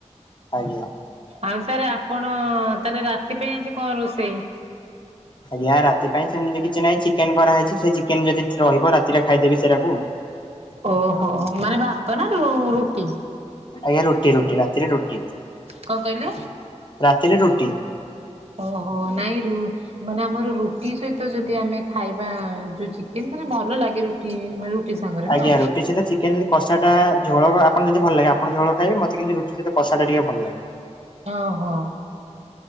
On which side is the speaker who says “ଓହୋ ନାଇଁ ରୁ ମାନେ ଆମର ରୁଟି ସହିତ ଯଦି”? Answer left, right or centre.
Right